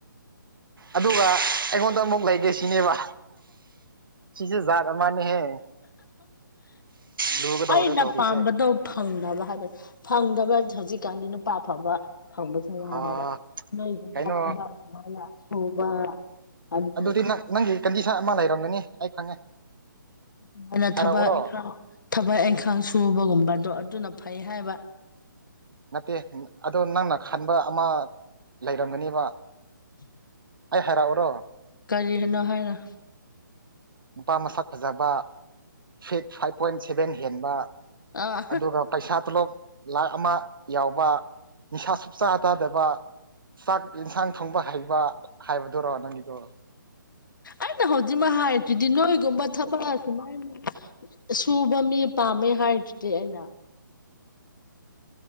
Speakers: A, on the right (about 85°); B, on the left (about 70°).
A: ꯑꯗꯨꯒ ꯑꯩꯉꯣꯟꯗ ꯑꯃꯨꯛ ꯂꯩꯒꯦ ꯁꯤꯅꯦꯕ ꯁꯤꯁꯨ ꯖꯥꯠ ꯑꯃꯅꯦꯍꯦ꯫ ꯂꯨꯒꯗꯧꯔꯦ
B: ꯑꯩꯅ
A: ꯇꯧꯔꯤꯁꯦ
B: ꯄꯥꯝꯕꯗꯣ ꯐꯪꯗꯕ ꯍꯥꯏꯕ ꯐꯪꯗꯕ ꯍꯧꯖꯤꯛꯀꯥꯟꯗꯤ ꯅꯨꯄꯥ ꯑꯐꯕ꯫ ꯐꯪꯕꯁꯨ
A: ꯑꯥ
B: ꯋꯥꯏ ꯍꯥꯏꯕ ꯅꯣꯏꯒꯨꯝꯕ
A: ꯀꯩꯅꯣ
B: ꯊꯕꯛ ꯁꯨꯃꯥꯏꯅ ꯁꯨꯕ ꯑꯗꯨꯗꯗꯤ
A: ꯑꯗꯨꯗꯤ ꯅꯪ ꯅꯪꯒꯤ ꯀꯟꯗꯤꯁꯟ ꯑꯃ ꯂꯩꯔꯝꯒꯅꯤ ꯑꯩ ꯈꯪꯉꯦ
B: ꯑꯗꯨꯃꯥꯏꯅ
A: ꯍꯥꯏꯔꯛꯎꯔꯣ
B: ꯊꯕꯛ ꯏꯪꯈꯥꯡ ꯊꯕꯛ ꯏꯪꯈꯥꯡ ꯁꯨꯕꯒꯨꯝꯕꯗꯣ ꯑꯗꯨꯅ ꯐꯩ ꯍꯥꯏꯕ
A: ꯅꯠꯇꯦ ꯑꯗꯣ ꯅꯪꯅ ꯈꯟꯕ ꯑꯃ ꯂꯩꯔꯝꯒꯅꯦꯕ
B: <inaudible>
A: ꯑꯩ ꯍꯥꯏꯔꯛꯑꯣꯔꯣ꯫
B: ꯀꯔꯤ ꯍꯥꯏꯅꯣ ꯍꯥꯏꯔ
A: ꯅꯨꯄꯥ ꯃꯁꯥ ꯐꯖꯕ ꯐꯤꯠ ꯐꯥꯏꯚ ꯄꯣꯏꯟ ꯁꯦꯚꯦꯟ ꯍꯦꯟꯕ
B: ꯑꯥ
A: ꯑꯗꯨꯒ ꯄꯩꯁꯥ ꯇꯣꯂꯣꯞ ꯂꯥꯛ ꯑꯃ ꯌꯥꯎꯕ ꯅꯤꯁꯥ ꯁꯨꯛ ꯆꯥ ꯆꯥꯇꯥꯕ꯫ ꯆꯥꯛ ꯌꯦꯟꯁꯥꯡ ꯊꯣꯡꯕ ꯍꯩꯕ ꯍꯥꯏꯕꯗꯨꯔꯣ ꯅꯪꯒꯤꯗꯣ
B: ꯑ ꯅꯍꯣꯗꯤꯃ ꯍꯥꯏꯥꯏ ꯇꯗꯤ ꯅꯣꯏꯒꯣꯕ ꯊꯕ ꯁꯨꯃꯥꯏꯅ ꯁꯨꯕ ꯃꯤ ꯄꯥꯝꯃꯦ ꯍꯥꯏꯔꯤꯗꯨꯗꯤ ꯑꯩꯅ